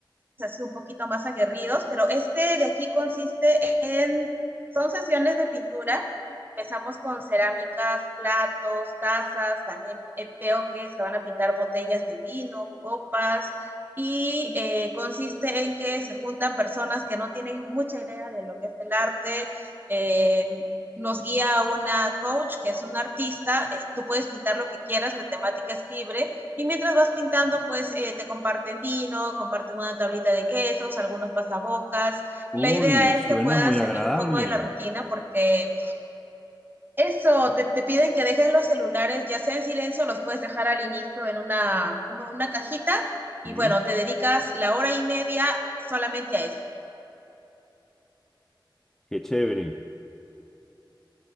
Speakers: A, on the right (about 25°); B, in the centre.
A: así un poquito más aguerridos, pero este de aquí consiste en, son sesiones de pintura, empezamos con cerámicas, platos, tazas, también eh, veo que se van a pintar botellas de vino, copas, y eh, consiste en que se juntan personas que no tienen mucha idea de lo que es el arte. Eh, nos guía una coach que es un artista, eh, tú puedes pintar lo que quieras, la temática es libre y mientras vas pintando, pues eh, te comparten vino, comparten una tablita de quesos, algunos pasabocas.
B: Uy,
A: La idea es
B: suena
A: que puedas
B: muy agradable.
A: salir un poco de la rutina porque eso, te, te piden que dejes los celulares, ya sea en silencio, los puedes dejar al inicio en una, como en una cajita. Y
B: Sí,
A: bueno, te dedicas la hora y media solamente a eso.
B: qué chévere.